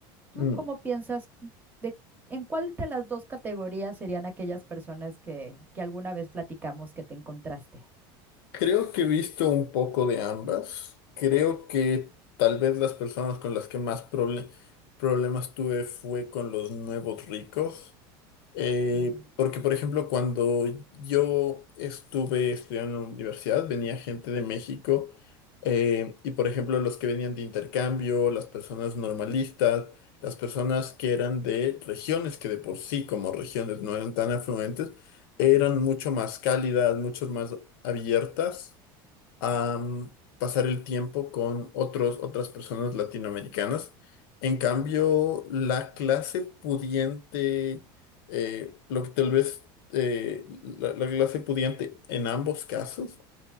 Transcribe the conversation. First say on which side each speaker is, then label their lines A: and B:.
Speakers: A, on the right (about 15°); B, on the left (about 80°).
A: ¿Tú
B: Mm,
A: cómo piensas de en cuál de las dos categorías serían aquellas personas que, que alguna vez platicamos que te encontraste?
B: Creo que he visto un poco de ambas. Creo que tal vez las personas con las que más proble- problemas tuve fue con los nuevos ricos. Eh,
A: Mm.
B: porque, por ejemplo, cuando yo estuve estudiando en la universidad, venía gente de México eh, y, por ejemplo, los que venían de intercambio, las personas normalistas, las personas que eran de regiones que de por sí como regiones no eran tan afluentes, eran mucho más cálidas, mucho más abiertas a mm, pasar el tiempo con otros, otras personas latinoamericanas. En cambio, la clase pudiente, eh, lo que tal vez eh, la, la clase pudiente en ambos casos,